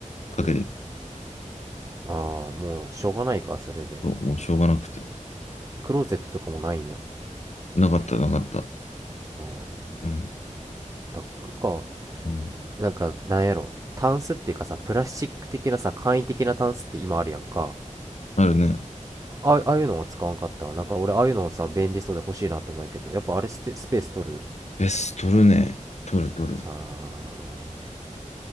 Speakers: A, on the left; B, on the right.
A: かけてる
B: うんああもうしょうがないかそれで
A: と、もうしょうがなくて。
B: クローゼットとかもないんや
A: なかった、なかった。
B: ああ
A: うん。
B: ラックか
A: うん。
B: なんかなんやろタンスっていうかさプラスチック的なさ簡易的なタンスって今あるやんか
A: あるね。
B: あああいうのは使わんかったわなんか俺ああいうのをさ便利そうで欲しいなと思うんやけどやっぱあれステスペース取る
A: ベース取るね。取る、取る。
B: あー